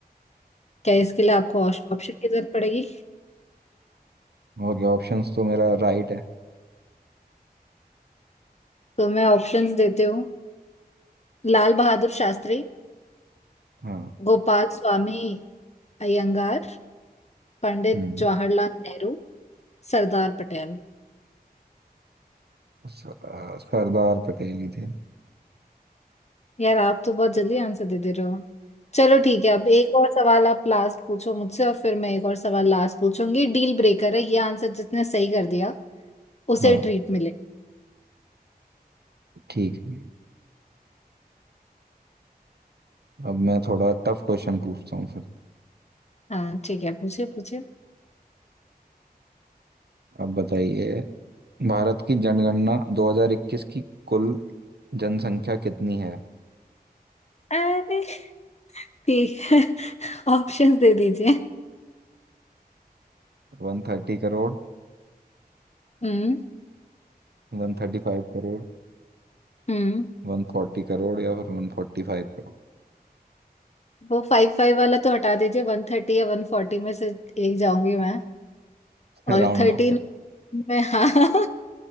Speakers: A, on the left; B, on the right.
A: क्या इसके लिए आपको ऑप्शन की जरूरत पड़ेगी
B: और क्या ऑप्शंस तो मेरा राइट है
A: तो मैं ऑप्शंस देती हूँ लाल बहादुर शास्त्री
B: हाँ
A: गोपाल स्वामी अयंगार पंडित
B: हम्म
A: जवाहरलाल नेहरू सरदार पटेल
B: स- अ, सरदार पटेल ही थे
A: यार आप तो बहुत जल्दी आंसर दे दे रहे हो चलो ठीक है अब एक और सवाल आप लास्ट पूछो मुझसे और फिर मैं एक और सवाल लास्ट पूछूंगी डील ब्रेकर है ये आंसर जिसने सही कर दिया उसे
B: हाँ
A: ट्रीट मिले
B: ठीक है अब मैं थोड़ा टफ क्वेश्चन पूछता हूँ फिर
A: हाँ ठीक है पूछिए पूछिए
B: अब बताइए भारत की जनगणना 2021 की कुल जनसंख्या कितनी है
A: अरे ठीक है <laughs> ऑप्शंस दे दीजिए
B: 130 करोड़
A: हम्म
B: 135 करोड़
A: हम्म
B: वन फोर्टी करोड़ या फिर one forty five crore
A: वो फाइव फाइव वाला तो हटा दीजिए वन थर्टी या वन फोर्टी में से एक जाऊंगी मैं
B: <laughs>
A: और
B: Round
A: थर्टीन
B: off कर
A: में हाँ <laughs>